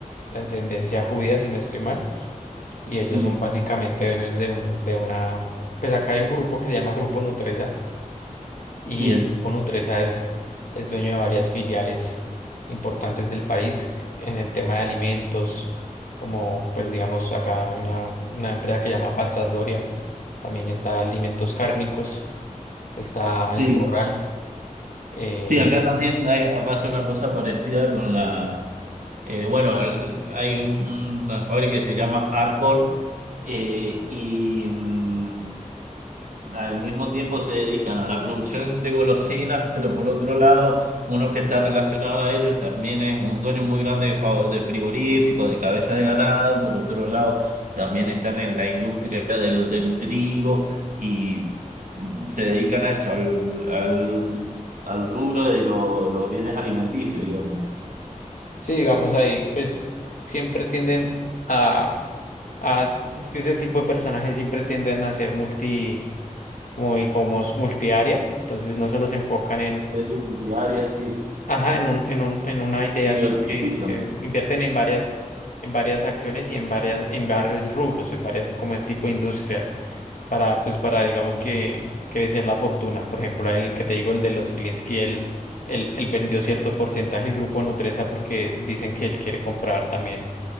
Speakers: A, on the left (about 80°); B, on the right (about 75°).
A: de ascendencia judía, si no estoy mal. Y ellos
B: Sí,
A: son básicamente dueños de un, de una, pues acá hay un grupo que se llama Grupo Nutresa y
B: sí,
A: el Grupo Nutresa es, es dueño de varias filiales importantes del país en el tema de alimentos, como pues digamos acá hay una, una empresa que llama Pastas Doria, también está Alimentos Cárnicos, está El
B: sí.
A: Corral. eh,
B: Sí, acá también hay- pasa una cosa parecida con la, eh, bueno, el- hay un- una fábrica que se llama Arcor eh, y, mm, Al mismo tiempo se dedican a la producción de golosinas, pero por otro lado, uno que está relacionado a ellos también es un dueño muy grande de, fa- de frigoríficos, de cabeza de ganado. Por otro lado, también están en la industria del, del trigo y se dedican a eso, al, al, al rubro de lo- los bienes alimenticios, digamos.
A: sí, digamos ahí, pues siempre tienden a, a- es que ese tipo de personajes siempre tienden a ser multi, como, y como multiárea, entonces no solo se enfocan
B: Es de un área así,
A: Ajá, en un, en un, en una idea,
B: diversifican.
A: sino que se invierten en varias, en varias acciones y en varias, en varios rubros, en varias como en tipo de industrias, para, pues, para, digamos que crecer la fortuna. Por ejemplo, el que te digo, el de los Gilinski, él, él, él vendió cierto porcentaje del grupo Nutresa porque dicen que él quiere comprar también,